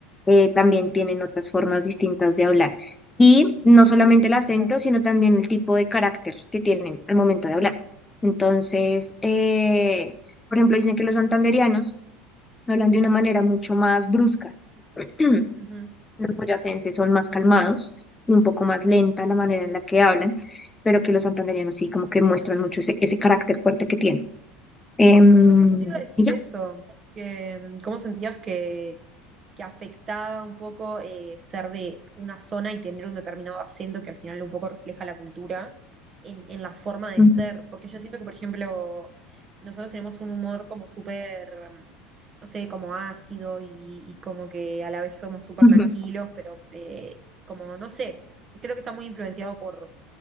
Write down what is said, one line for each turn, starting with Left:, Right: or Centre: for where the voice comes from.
Left: eh, también tienen otras formas distintas de hablar. Y no
Right: sí,
Left: solamente el acento, sino también el tipo de carácter que tienen al momento de hablar. Entonces, eh, por ejemplo, dicen que los santandereanos hablan de una manera mucho más brusca. <clears throat> Los
Right: ujú.
Left: boyacenses son más calmados y un poco más lenta la manera en la que hablan, pero que los santandereanos sí como que muestran mucho ese, ese carácter fuerte que tienen. Em,
Right: Bueno, justo te iba a decir
Left: y ya.
Right: eso, que mm, cómo sentías que, que afectaba un poco eh, ser de una zona y tener un determinado acento que al final un poco refleja la cultura en, en la forma
Left: <laughs>
Right: de
Left: Ujú.
Right: ser. Porque yo siento que, por ejemplo, nosotros tenemos un humor como súper, mm, no sé, como ácido y, y como que a la vez somos súper
Left: Ujú.
Right: tranquilos, pero eh, como, no sé, creo que está muy influenciado por,